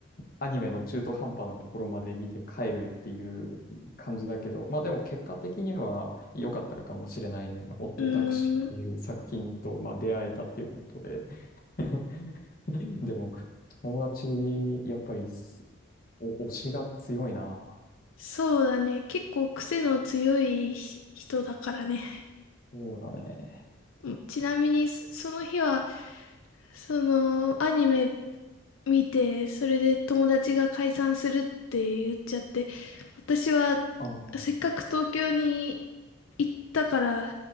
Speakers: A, on the left; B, on the left.
A: アニメの中途半端なところまで見て帰るっていう感じだけど、まあでも結果的には良かったかもしれないね。オットタクシーっていう作品と、
B: うーん、
A: まあ、出会えたっていうことで。<laughs> でも、友達、やっぱりす、お、推しが強いな。
B: そうだね。結構癖の強いひ人だからね。
A: そうだね。
B: うんちなみに、そその日は、その、アニメ見て、それで友達が解散するって言っちゃって、私は、
A: あー、
B: せっかく東京に行ったから、